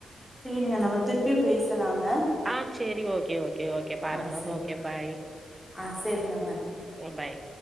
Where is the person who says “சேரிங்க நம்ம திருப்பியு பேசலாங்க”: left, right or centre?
Centre